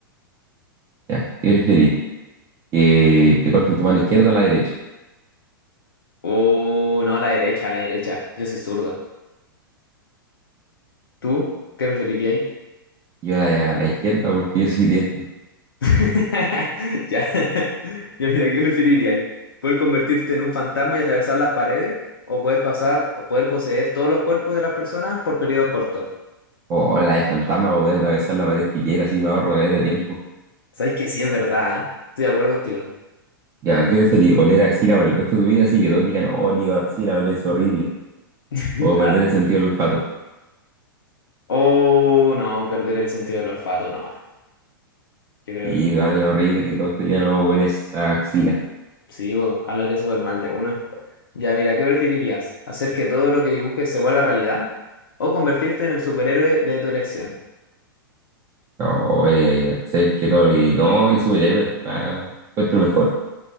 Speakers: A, on the right; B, on the left.
A: Ya. ¿Qué preferís? ¿Que te corten tu mano izquierda o la derecha?
B: Oh, no, la derecha, la derecha. Yo soy zurdo. ¿Tú qué preferirías?
A: Yo la, la izquierda porque yo soy diestro.
B: <laughs> Ya. <laughs> Ya, mira, ¿qué preferirías? ¿Poder convertirte en un fantasma y atravesar las paredes? ¿O poder pasar o poder poseer todos los cuerpos de las personas por periodos cortos?
A: O, o la de fantasma para poder atravesar la pared que quiera, así me ahorro caleta de tiempo.
B: Sabes que sí es verdad, ¿eh? Estoy de acuerdo contigo.
A: Ya, ¿qué preferís? ¿Oler axila por el resto de tu vida? Así que todos digan, oh, olí axila, huele es horrible.
B: <laughs>
A: O perder el sentido del olfato.
B: Oh, no, perder el sentido del olfato nomás. Yo creo,
A: Y algo horrible que todos te digan, no, hueles a axila.
B: sí, vos, hablaría súper mal de uno. Ya, mira, ¿qué preferirías? ¿Hacer que todo lo que dibujes se vuelva realidad? ¿O convertirte en el superhéroe de tu elección?
A: O eh, hacer que todo lo que... No, el superhéroe. Ah, encuentro mejor.